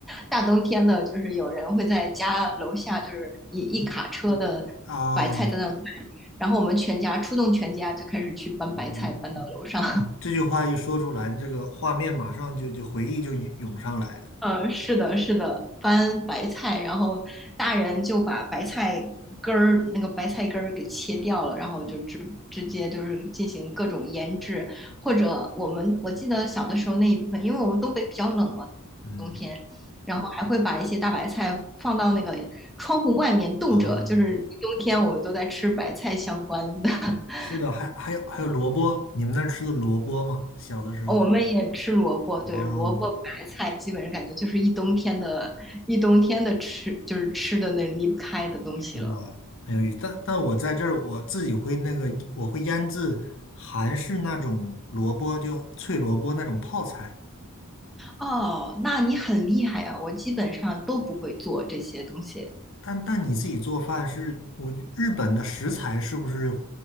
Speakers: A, in the centre; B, on the left.
A: 大冬天的，就是有人会在家楼下，就是一一卡车的白菜在那儿卖
B: 你啊，
A: 然后我们全家出动全家就开始去搬白菜搬到楼上。
B: 我嗯嗯这句话一说出来，这个画面马上就就回忆就涌涌上来了。
A: 呃，是的，是的，翻白菜，然后大人就把白菜根儿那个白菜根儿给切掉了，然后就直直接就是进行各种腌制，或者我们我记得小的时候那一部分，因为我们东北比较冷嘛，
B: 嗯，
A: 冬天，然后还会把一些大白菜放到那个窗户外面冻着，
B: 哦。
A: 就是冬天我们都在吃白菜相关的 <laughs>。
B: 是的，还还有还有萝卜，你们那儿吃的萝卜吗？小的时候，
A: 哦我们也吃萝卜，
B: 啊，
A: 对，萝卜白菜，基本上感觉就是一冬天的，一冬天的吃，就是吃的那离不开的东西了。
B: 是吧？很有意思。但但我在这儿我自己会那个，我会腌制韩式那种萝卜，就脆萝卜那种泡菜。
A: 哦，那你很厉害啊，我基本上都不会做这些东西。
B: 但但你自己做饭是，我日本的食材是不是